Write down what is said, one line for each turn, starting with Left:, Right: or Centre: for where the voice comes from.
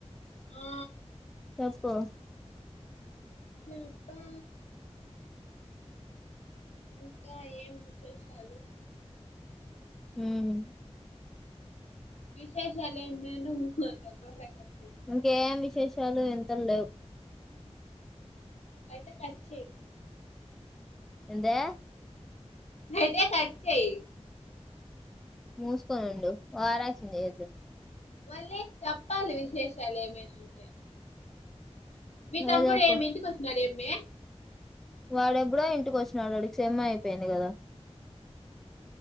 Left: ఆ
Centre: చెప్పు
Left: చెప్పా ఇంకా ఏం విశేషాలు
Centre: ఉమ్
Left: విశేషాలు ఏం మే ఉమ్ అంట గొర్రె ఆ కట్ల
Centre: ఇంకేం విశేషాలు వింతలు లేవు
Left: అయితే కట్ చేయి
Centre: ఏందీ
Left: అయితే కట్ చేయి
Centre: మూసుకొని ఉండు ఓవర్ యాక్షన్ చేయద్దు
Left: మళ్ళీ చెప్పాలి విశేషాలు ఏమైనా అంటే మీ
Centre: నువ్వే
Left: తమ్ముడు
Centre: చెప్పు
Left: ఏమి ఇంటికి వస్తున్నాడు ఏం మీ
Centre: వాడెప్పుడో ఇంటికి వచ్చినాడు వాడికి సెమ్ అయిపోయింది కదా